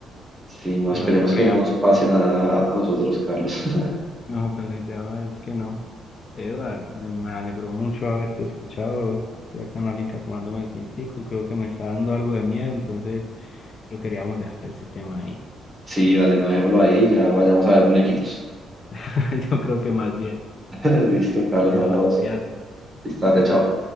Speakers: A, on the right (about 20°); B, on the left (about 50°).
A: Sí, no
B: en
A: esperemos
B: la vida real.
A: que no nos pase nada a nosotros, Carlos. <laughs>
B: No, pues la idea va es que no. Eduard, me alegró mucho haberte escuchado. Estoy acá en la finca tomándome el tintico. Creo que me está dando algo de miedo, entonces creo que queríamos dejar ese tema ahí.
A: Sí, dale, no dejémoslo ahí, ya vayamos a ver muñequitos.
B: <laughs> Yo creo que más bien.
A: <laughs> Listo, Carlos,
B: Eduard,
A: hablamos.
B: cuídate.
A: Listo, tarde,
B: Un
A: chao.
B: gusto.